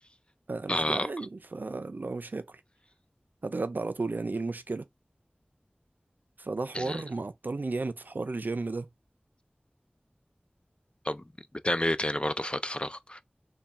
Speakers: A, on the right; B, on the left.
A: انا مش
B: اه
A: جعان فلو مش هاكل هتغدى على طول يعني ايه المشكله فده حوار
B: مم.
A: معطلني جامد في حوار الجيم ده
B: طب بتعمل ايه تاني برضو في وقت فراغك